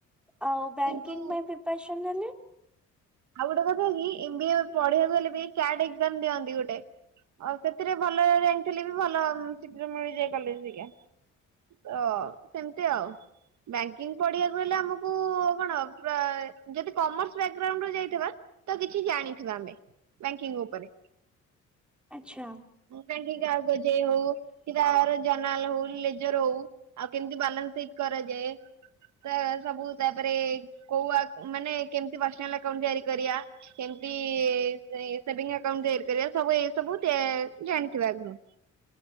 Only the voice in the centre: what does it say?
ଆଉ ବ୍ୟାଙ୍କିଙ୍ଗ
ପାଇଁ ପ୍ରିପେରେସନ ହେଲେ
ଆଚ୍ଛା